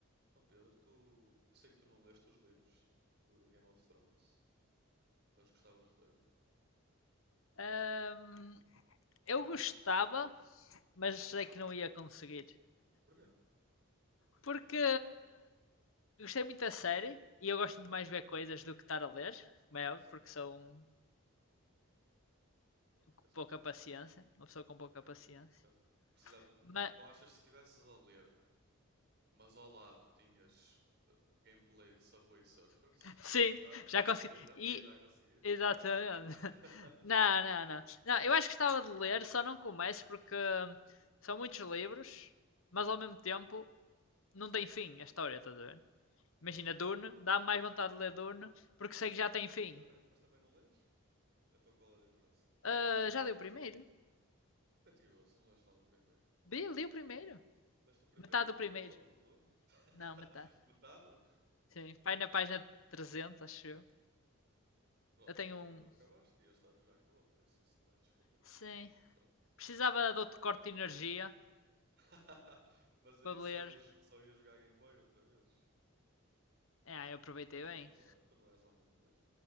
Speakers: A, on the right; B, on the left.
A: Então, Pedro, tu. Eu sei que tu não leste os livros de Game of Thrones, mas gostavas de ler?
B: Ahm, eu gostava, mas sei que não ia conseguir.
A: Porquê?
B: Porque gostei muito da série e eu gosto muito mais de ver coisas do que estar a ler, como é
A: Sim.
B: óbvio, porque sou um com
A: És o
B: pouca
A: quê?
B: paciência, uma pessoa com pouca
A: Ok,
B: paciência.
A: certo. Precisava.
B: Mas
A: Então, achas que se estivesses a ler, mas ao lado tinhas eh, gameplay de Subway Surfers
B: <laughs> sim,
A: a dar,
B: já consegui.
A: aí já,
B: E
A: aí já conseguias?
B: exatamente.
A: <laughs>
B: <laughs> Não, não, não. Não, eu acho que gostava de ler, só não começo porque são muitos livros, mas ao mesmo tempo não tem fim a história, estás a ver? Imagina, Dune, dá mais vontade de ler Dune, porque sei que já tem fim.
A: Mas também, mas também não lês? Então qual é a diferença?
B: Ah, já li o primeiro?
A: Mentiroso, não leste nada do primeiro.
B: Bi, li o primeiro.
A: Leste o primeiro
B: Metade
A: livro
B: do primeiro.
A: todo do Dune? <laughs>
B: Não, metade.
A: Metade?
B: Sim, vai na página 300, acho eu.
A: Pronto,
B: Eu tenho
A: tu também
B: um...
A: não acabaste e a história já acabou, por isso isso não é desculpa para
B: Sim.
A: não ler Game of Thrones.
B: Precisava de outro corte de energia
A: <laughs> Mas aí
B: para
A: só
B: ler.
A: ias, só ias jogar Game Boy outra vez.
B: Ah, eu aproveitei
A: Tu não,
B: bem.
A: tu não, é, tu não és homem de ler.